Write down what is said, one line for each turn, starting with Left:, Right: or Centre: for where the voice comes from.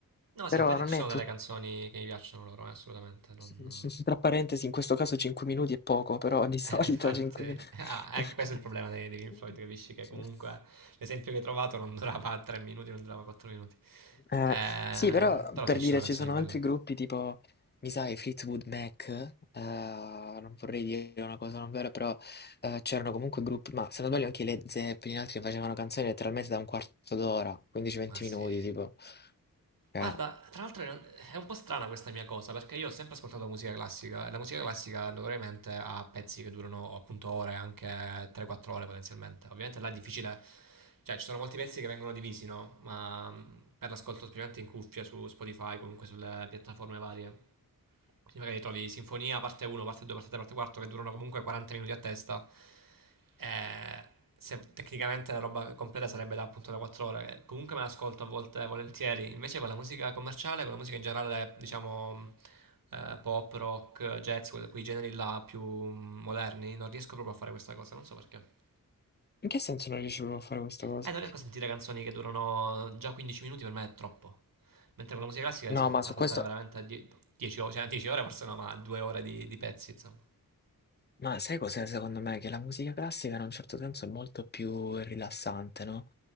Right: No,
Left: però
Right: sì, infatti
Left: non
Right: ci sono
Left: è tutto...
Right: delle canzoni che mi piacciono loro, eh, assolutamente. Non...
Left: <laughs> Tra parentesi, in questo caso 5 minuti è poco, però di solito
Right: Eh, infatti,
Left: 5 minuti...
Right: <laughs> ah, anche
Left: <laughs>
Right: questo è il problema dei, dei Pink Floyd, capisci? Che comunque l'esempio che hai trovato non durava tre minuti, non durava quattro minuti.
Left: Eh,
Right: Eh,
Left: sì, però
Right: però
Left: per
Right: sì, ci
Left: dire
Right: sono canzoni
Left: ci sono
Right: belle.
Left: altri gruppi tipo, mi sai, Fleetwood Mac, eh, non vorrei dire una cosa non vera, però eh, c'erano comunque gruppi, ma se non sbaglio anche i Led Zeppelin, altri che facevano canzoni letteralmente da un quarto d'ora, 15-20
Right: Ma se...
Left: minuti, tipo.
Right: Guarda,
Left: Eh,
Right: tra l'altro non- è un po' strana questa mia cosa perché io ho sempre ascoltato musica classica e la musica classica notoriamente ha pezzi che durano appunto ore, anche 3-4 ore potenzialmente. Ovviamente là è difficile, cioè ci sono molti pezzi che vengono divisi, no? Ma mh, per l'ascolto specialmente in cuffia su Spotify, comunque sulle piattaforme varie. Sembra che trovi Sinfonia, parte 1, parte 2, parte 3, parte 4, che durano comunque 40 minuti a testa. Eh, se- tecnicamente la roba completa sarebbe da, appunto da 4 ore. che Comunque me l'ascolto a volte volentieri. Invece con la musica commerciale, con la musica in generale, diciamo eh, pop, rock, jazz, que- quei generi là più mm, moderni, non riesco proprio a fare questa cosa, non so perché.
Left: in che senso non riuscivano a fare questa cosa?
Right: Eh, non riesco a sentire canzoni che durano già 15 minuti, per me è troppo. Mentre con la musica classica riesco
Left: No, ma
Right: a
Left: su
Right: ascoltare
Left: questo.
Right: veramente 10 ore, cioè 10 ore forse no, ma 2 ore di, di pezzi, insomma.
Left: Ma sai cos'è secondo me? Che la musica classica in un certo senso è molto più rilassante, no?